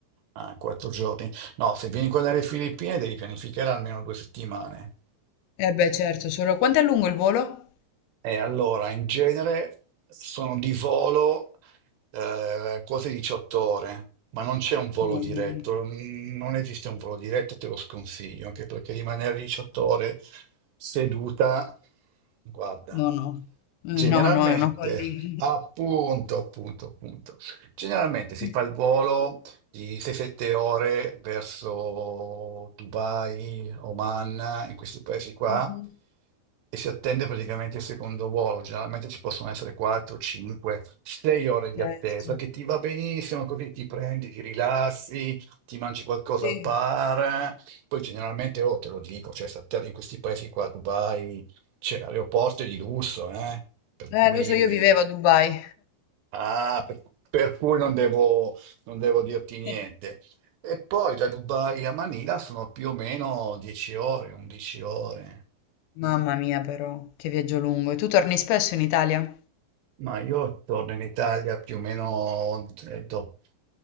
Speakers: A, on the right (about 65°); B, on the left (about 80°).
A: Ah, quattro giorni. No, se vieni qua dalle Filippine devi pianificare almeno due settimane.
B: Eh beh, certo, solo... Quanto è lungo il volo?
A: E allora, in genere sono di volo eh, quote 18 ore, ma non c'è un volo
B: No,
A: diretto,
B: no, no.
A: mm, non esiste un volo diretto, te lo sconsiglio, anche perché rimanere 18 ore seduta, guarda,
B: No, no,
A: generalmente,
B: Eh, no, no, è una follia.
A: appunto, appunto, appunto, generalmente si
B: <laughs>
A: fa il volo di 6-7 ore verso Dubai, Oman, in questi paesi qua,
B: Mhm.
A: e si attende praticamente il secondo volo. Generalmente ci possono essere 4, 5, 6 ore di
B: Certo.
A: attesa, che ti va benissimo, così ti prendi, ti rilassi, ti mangi qualcosa
B: Sì.
A: al bar. Poi generalmente, oh, te lo dico, cioè, si attende in questi paesi qua, Dubai, c'è l'aeroporto è di lusso, eh? Per
B: Eh,
A: cui...
B: lo so, io vivevo a Dubai.
A: Ah, per, per cui non devo, non devo dirti niente.
B: <laughs>
A: E poi da Dubai a Manila sono più o meno 10 ore, 11 ore.
B: Mamma
A: Mm.
B: mia, però, che viaggio lungo. E tu torni spesso in Italia?
A: Ma io torno in Italia più o meno eh, dopo